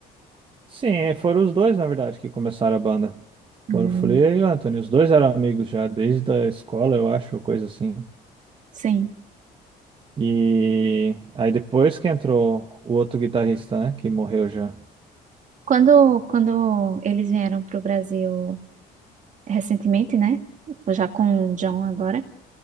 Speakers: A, on the right; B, on the right.
A: Sim, é, foram os dois, na verdade, que começaram a banda.
B: Hum,
A: Foram o Flea e o Anthony. Os dois eram amigos já, desde a escola, eu acho, coisa assim.
B: sim.
A: E aí depois que entrou o outro guitarrista, né? Que morreu já.
B: Quando, quando eles vieram para o Brasil recentemente, né? Já com o John agora,